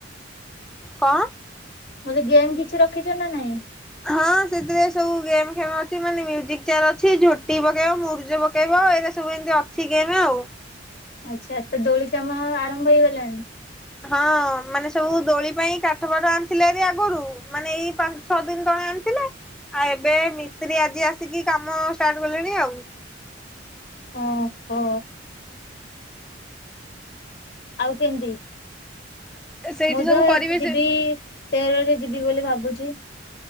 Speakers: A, in the centre; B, on the left.
A: କଣ?
B: ମୁଁ ଯେ ଗେମ୍ କିଛି ରଖିଛ ନା ନାଇଁ?
A: ହଁ ସେଥିରେ ସବୁ ଗେମ୍ ଖେମ ଅଛି। ମାନେ ମ୍ୟୁଜିକ୍ ବିଚାର ଅଛି ଝୋଟି ପକେଇବ, ମୁରୁଜ ପକେଇବ। ଆଉ ଏ ସବୁ ଏମିତି ଅଛି ଗେମ ଆଉ
B: ଆଚ୍ଛା ତ ଦୋଳି କାମ ଆରମ୍ଭ ହେଇଗଲାଣି?
A: ହଁ ମାନେ ସବୁ ଦୋଳି ପାଇଁ କାଠ ପାଠ ଆଣିଥିଲେ ବି ଆଗରୁ ମାନେ ଏଇ ପାଞ୍ଚ ଛଅ ଦିନ ତଳେ ଆଣିଥିଲେ। ଆଉ ଏବେ ମିସ୍ତ୍ରୀ ଆଜି ଆସିକି କାମ ଷ୍ଟାର୍ଟ କଲେଣି। ଆଉ
B: ଓ ହୋ ଆଉ କେମିତି?
A: ସେଇଠି
B: ମୁଁ
A: ସବୁ
B: ତ ଏବେ
A: କରିବେ
B: ଯିବି
A: ସେ
B: ତେର ଯିବି ବୋଲି ଭାବୁଛି।